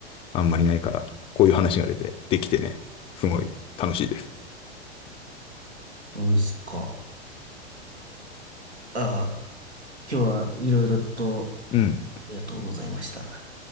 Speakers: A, on the left; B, on the right.
A: あんまりないから、こういう話が出て、できてね、すごい楽しいです。
B: そうですか。ああ、今日はいろいろと
A: うん。
B: ありがとうございました。